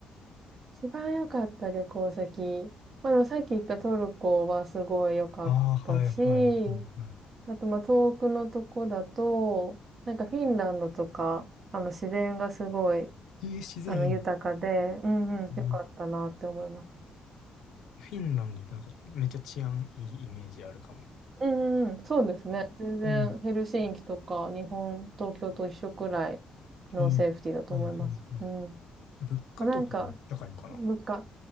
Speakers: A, on the right; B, on the left.
A: 一番良かった旅行先。まあ、でもさっき言ったトルコはすごい良かったし、
B: ああ、はいはいはいは
A: あと、まあ、遠くのとこだと、なんかフィンランドとか、あの、自然がすごい、
B: い。いい、自然いいの。
A: あの、豊かで、うんうん、
B: い
A: 良かったなって思います。
B: フィンランドってなんかめっちゃ治安いいイメージあるかも。
A: うんうんうん、そうですね。全然ヘルシンキとか日本、
B: うん。
A: 東京と一緒くらいのセーフティーだと思います。
B: うんはいはいはい。
A: うん。
B: 物価とかも高いんかな
A: まあなんか、物価。